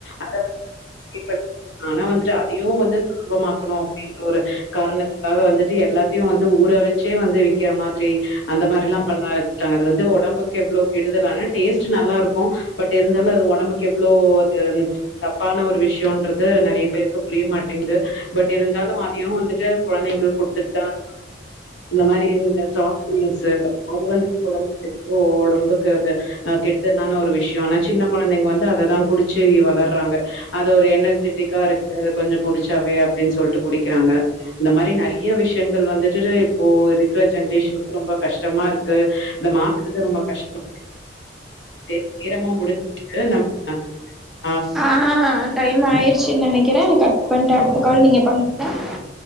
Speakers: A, on the left (about 70°); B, in the centre.
A: அத வந்து <inaudible> ஆனா வந்துட்டு அதையு வந்து சுலபமாக்கணு அப்டிங்குற ஒரு காரணத்துக்காக வந்துட்டு எல்லாத்தையு வந்து ஊற வச்சே வந்து விக்கற மாதிரி அந்த மாரில்லா பண்ண ஆரம்பிச்சிட்டாங்க அது வந்து ஒடம்புக்கு எவ்ளோ கெடுதலான டேஸ்ட்டு நல்லா இருக்கு பட் இருந்தாலு அது ஒடம்புக்கு எவ் இவ்ளோ அது தப்பான ஒரு விஷ்யன்றது நெறைய பேருக்கு புரிய மாட்டேங்குது பட் இருந்தாலு அதையு வந்துட்டு கொழந்தைங்களுக்கு குடுத்துட்தா <inaudible> இந்த மாரி இந்த ஸ்டாக் ஃப்ரியன்ஸ் அது வந்து குடுத்தா ஒடம்புக்கு கெட்ரு ஒடம்புக்கு அது கெடுதலான ஒரு விஷ்யோ ஆனா சின்ன கொழந்தைங்க வந்து அத அததா குடிச்சு வளர்றாங்க. அது ஒரு எனர்ஜெட்டிக்கா இருக்கு அத கொஞ்ச குடிச்சாவே அப்டின்னு சொல்ட்டு குடிக்கிறாங்க. இந்த மாரி நெறைய விஷயங்கள் வந்துட்டு இப்போ இருக்கிற ஜென்ரேஷனுக்கு ரொம்ப கஷ்டமா இருக்கு அத மாத்துறது ரொம்ப கஷ்டமா <inaudible> நேரமா முடிஞ்சு நம் அ
B: ஆ டைம் ஆயிடுச்சுன்னு நெனைக்கிறே நீங்க கட் பண்ட்டு அடுத்த கால் நீங்க பண் <inaudible>